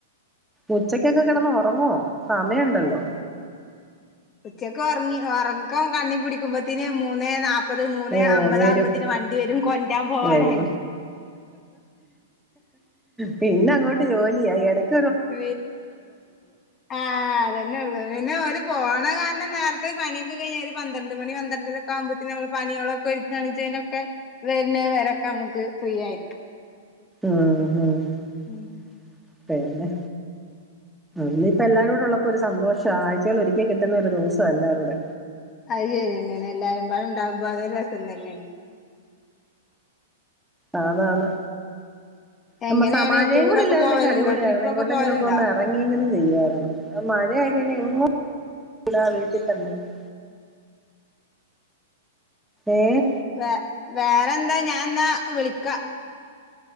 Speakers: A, in the centre; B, on the left (about 25°).
A: ഉച്ചക്കൊക്കെ കിടന്ന് ഉറങ്ങുവോ സമയമുണ്ടല്ലോ
B: ഉച്ചക്ക ഉറങ്ങി ഉറക്കം കണ്ണി പിടിക്കുമ്പോത്തിന് മൂന്ന് നാപ്പ പ്പത് മൂന്ന്
A: ഓഹ്
B: അമ്പതാകുമ്പോത്തിന്
A: വരും
B: വണ്ടി വരും കൊണ്ടരാൻ പോകാനായി
A: വരും പിന്നെ അങ്ങോട്ട് ജോലിയായി ഇടക്ക്
B: പി ആഹ് അതന്നെ ഉള്ളത് പിന്നെ വരും പോണ കാരണം നേരത്തെ പണിയൊക്കെ കഴിഞ്ഞ ഒരു പന്ത്രണ്ട് മണി പന്ത്രണ്ടിലൊക്കെ ആവുമ്പോത്തന്ന നമ്മൾ പണികളൊക്കെ ഒരുക്കുകയാണെങ്കിൽ ക്കെ വരുന്ന വരൊക്കെ നമുക്ക് ഫ്രീ ആയിരിക്കാം
A: ആഹ് ഹ
B: ഉം
A: അല്ലെ ഇന്നിപ്പോ എല്ലാരൂട ഉള്ളപ്പോ ഒരു സന്തോഷം ആഴ്ചകൾ ഒരിക്കൽ കിട്ടുന്ന ഒരു ദിവസം എല്ലാരൂടെ
B: അത് ശരി എന്നന്നെ എല്ലാരും ബാടെ ഉണ്ടാകുമ്പോ അതൊരു രസം തന്നെയല്ലേ
A: ആന്നാന്ന് നമ്മ
B: എങ്ങനെയാണ്
A: സ മഴയെം
B: ടൂറൊക്കെ
A: കൂടി ഇല്ലായിരുന്നെങ്ക
B: പോവലുണ്ടോ
A: അടിപൊളിയായിയി
B: ട്രിപ്പൊക്കെ
A: എങ്ങോട്ടെങ്കിലുംക്കെ
B: പോവലുണ്ടോ
A: ഒന്ന് ഇറങ്ങിയെങ്കിലും ചെയ്യായിരുന്നു മഴയൊക്കെ എങ്ങോട്ടും ഇല്ല വീട്ടിൽ തന്നെ ഇരിക്കും ഏഹ്
B: വേ വേറെന്താ ഞാൻ ന്നാ വിളിക്കാ